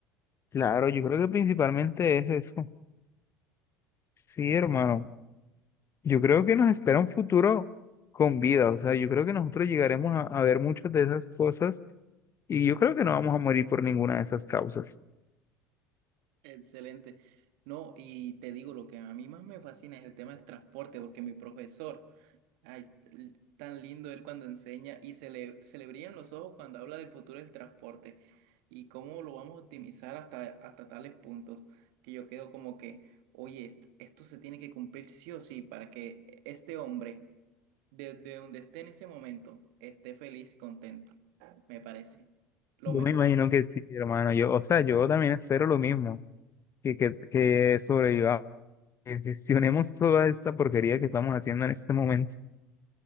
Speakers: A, on the left (about 35°); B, on the right (about 65°).
A: claro, yo creo que principalmente es eso. Sí, hermano. Yo creo que nos espera un futuro con vida, o sea, yo creo que nosotros llegaremos a, a ver muchas de esas cosas y yo creo que no vamos a morir por ninguna de esas causas.
B: excelente. No, y te digo, lo que a mí más me fascina es el tema del transporte porque mi profesor... Ay, l- tan lindo él cuando enseña y se le, se le brillan los ojos cuando habla del futuro del transporte y cómo lo vamos a optimizar hasta, hasta tales puntos que yo quedo como que, oye, est- esto, se tiene que cumplir sí o sí para que este hombre, desde donde esté en ese momento, esté feliz y contento. Me parece lo
A: Yo
B: mejor.
A: me imagino que sí, hermano, yo, o sea, yo también espero lo mismo, que, que, que sobrevivamos, que gestionemos toda esta porquería que estamos haciendo en este momento.